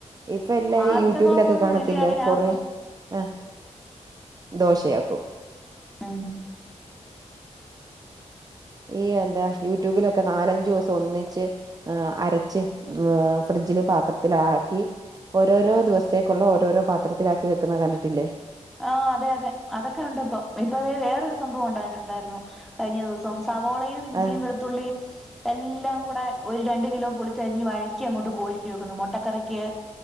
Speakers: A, on the right (about 30°); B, in the centre.
A: ഇപ്പൊ എല്ലാരുംയൂടൂബിലൊക്കെ
B: ആദ്യത്തെ ദിവസം
A: കാണത്തില്ലേ
B: വിളിയാണെ
A: കൊറേ
B: ആ ദിവസം
A: ആഹ് ദോശയാക്കും
B: ഉം
A: ഈയെന്താ യൂട്യൂബിലൊക്കെ നാലഞ്ചോസം ഒന്നിച്ച് അരച്ച് ഫ്രിഡ്ജില് പാത്രത്തിലാക്കി ഓരോരോ ദിവസത്തേക്കുള്ള ഓരോരോ പാത്രത്തിലാക്കി വെക്കുന്ന കണ്ടിട്ടില്ലേ
B: ആഹ് അതെ അതെ അതെക്കെ ഉണ്ടിപ്പോ ഇപ്പൊ ദെ വേറൊരു സംഭവമുണ്ടായിട്ടുണ്ടായിരുന്നു കഴിഞ്ഞ ദിവസം സവോളയുമിഞ്ചിയും
A: ആ
B: വെളുത്തുള്ളിയും എല്ലാം കൂടെ ഒരു രണ്ട് കിലോ പൊ ളിച്ചരിഞ്ഞ് വഴറ്റി അങ്ങോട്ട് കോരി വെക്കുന്നു മുട്ടക്കറിക്ക്‌